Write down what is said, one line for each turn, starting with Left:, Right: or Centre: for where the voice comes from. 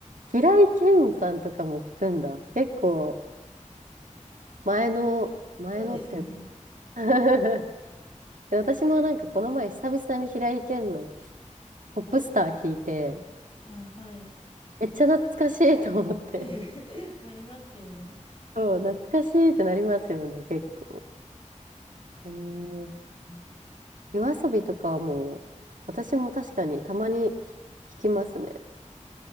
Right: 平井堅さんとかも聞くんだ。結構、前の、前のっていうか
Left: そうですね。
Right: <laughs> で私もなんかこの前久々に平井堅のポップスター聞いて、
Left: あ、はい。
Right: めっちゃ懐かしいと思って。
Left: <laughs> なりますよね。
Right: そう、懐かしいってなりますよね、結構。えー、
Left: うん
Right: 夜遊びとかはもう、私も確かにたまに聞きますね。